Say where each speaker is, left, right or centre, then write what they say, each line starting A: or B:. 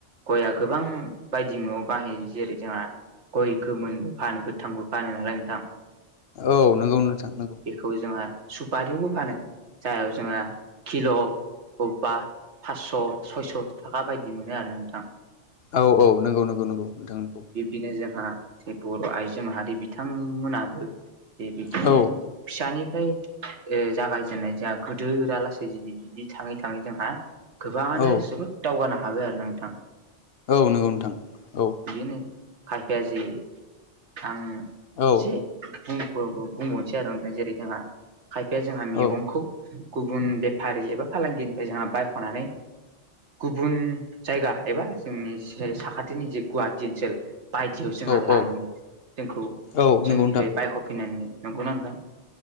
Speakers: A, on the right; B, on the left.
A: गयआ गोबां बायदि मुयाव बाहायो जेरै जोंहा गय गोमोनबो फानो गोथांबो फानो नालाय नोंथां
B: औ नोंगौ नोंथां नोंगौ
A: खौ जोंहा सुपारियावबो फानो जाययाव जोंहा किल' अबबा पास्स' सयस' थाखा बायदि मोनो आरो नोंथां?
B: औ औ नंगौ नंगौ नगौ नोंथां नोंगौ।
A: बिदिनो जोंहा जे बर' आइजो माहारि बिथांमोनाबो दे बिब्दिनो
B: औ
A: फिसानिफ्राय ओ जागायजेननाय जोंहा गोदोरा लासै जुदि बिदि थाङै थाङै जोंहा गोबाङानो
B: औ
A: जोबोद दावगानो हाबाय आरो नोंथां।
B: औ नंगौ नोंथां औ
A: बेनो खायफाया जि आं
B: औ
A: एसे बुं औ औ बुंबावनोसै आरो नोंथां जेरै जोंहा खायफाया जोंहा मैगंखौ
B: औ
A: गुबुन बेफारि एबा फालांगिनिफ्राय जोंहा बायख'नानै गुबुन जायगा एबा जोंनि जि साखाथिनि जे गुवाहाटि ओनसोल बायदियाव जोंहा
B: औ
A: लाङो
B: औ
A: जोंखौ
B: औ नंगौ
A: जोंनिफ्राय
B: नोंथां
A: बायहफिनानै नंगौ ना नोंथां?